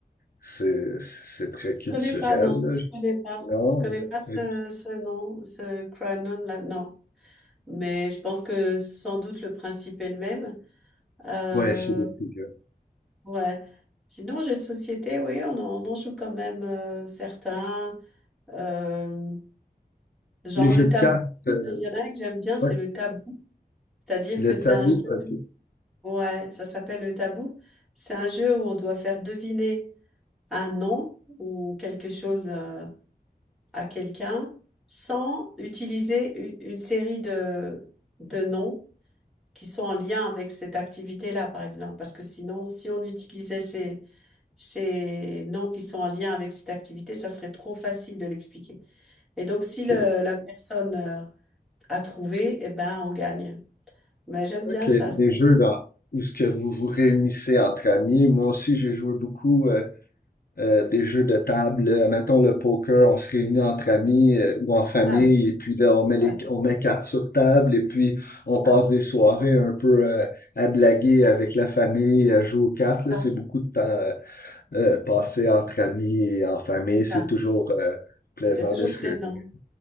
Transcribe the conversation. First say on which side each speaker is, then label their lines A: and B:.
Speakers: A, on the left; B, in the centre.
A: c'est c'est très culturel,
B: je connais pas, non,
A: là.
B: je
A: je-
B: connais pas,
A: Non.
B: je connais pas ce,
A: Ok.
B: ce nom, ce Cranon là, non. Mais je pense que sans doute le principe est le même. Euh,
A: Ouais, chez les trucs. euh,
B: ouais. Sinon, jeux de société, oui, on en, on en joue quand même euh, certains. Euh, Genre
A: Les jeux
B: le
A: de
B: tabou,
A: cartes,
B: aussi,
A: euh,
B: il y en a un que j'aime bien, c'est
A: ouais.
B: le tabou. C'est-à-dire
A: Le
B: que c'est
A: tabou,
B: un jeu,
A: ok.
B: ouais, ça s'appelle le tabou. C'est un jeu où on doit faire deviner un nom ou quelque chose euh, à quelqu'un sans utiliser u- une série de, de noms qui sont en lien avec cette activité-là, par exemple. Parce que sinon, si on utilisait ces, ces noms qui sont en lien avec cette activité, ça serait trop facile de l'expliquer. Et donc,
A: Ok,
B: si le- la personne... euh, à trouver, eh ben, on gagne. Mais j'aime
A: ok.
B: bien ça. c'est-
A: Les jeux dans où ce que vous vous réunissez entre amis. Moi aussi, j'ai joué beaucoup. euh, euh, des jeux de table, là. mettons le poker, on se réunit entre amis euh, ou en famille,
B: Ah oui,
A: et puis là, on met les,
B: ouais,
A: on met cartes sur table, et puis on passe
B: hein,
A: des soirées un peu euh, à blaguer avec la famille, à jouer aux cartes. là.
B: ça,
A: C'est beaucoup de temps euh, euh, passé entre amis et en famille.
B: c'est ça.
A: C'est toujours euh, plaisant
B: C'est toujours
A: de se
B: plaisant.
A: réunir.